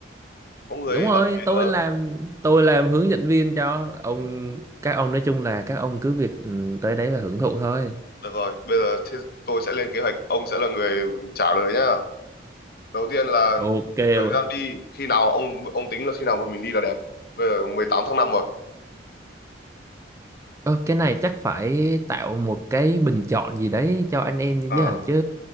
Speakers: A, on the left (about 55°); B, on the right (about 15°).
A: có người
B: Đúng rồi,
A: bạn
B: tôi
A: ờ
B: làm tôi làm hướng dẫn viên cho ông các ông nói chung là các ông cứ việc ừ, tới đấy và hưởng thụ thôi.
A: được rồi bây giờ thế tôi sẽ lên kế hoạch ông sẽ là người trả lời nhá đầu tiên là
B: Ok rồi.
A: thời gian đi khi nào ông ông tính là khi nào bọn mình đi là đẹp bây giờ 18 tháng 5 rồi
B: Ờ, cái này chắc phải tạo một cái bình chọn gì đấy cho anh em
A: à,
B: chứ hả? chứ